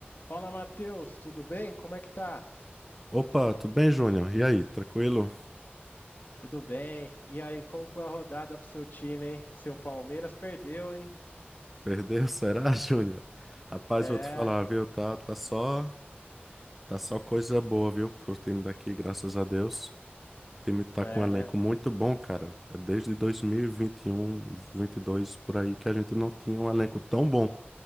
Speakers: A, on the left; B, in the centre.
A: Fala, Matheus, tudo bem? Como é que tá?
B: Opa, tudo bem, Júnior? E aí, tranquilo?
A: Tudo bem. E aí, como foi a rodada pro seu time, hein? Seu Palmeiras perdeu, hein?
B: Perdeu? <laughs> Será, Júnior? Rapaz,
A: É,
B: vou te falar, viu? Tá, tá só, tá só coisa boa, viu, pro time daqui, graças a Deus. O time tá
A: é,
B: com um elenco
A: né?
B: muito bom, cara. É Desde 2021, 22 por aí que a gente não tinha um elenco tão bom.